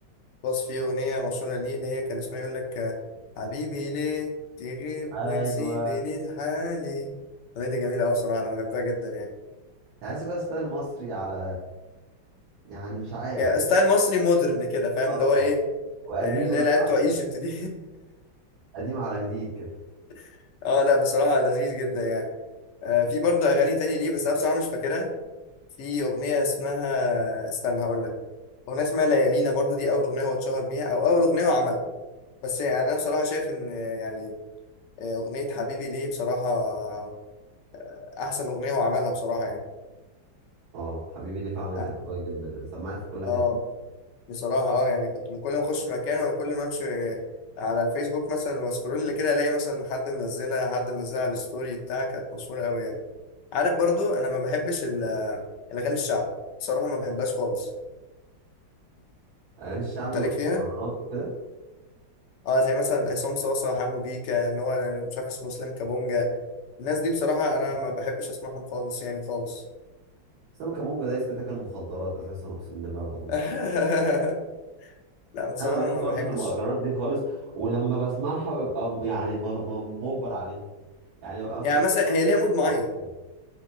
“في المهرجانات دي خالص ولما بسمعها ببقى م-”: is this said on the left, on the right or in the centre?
Right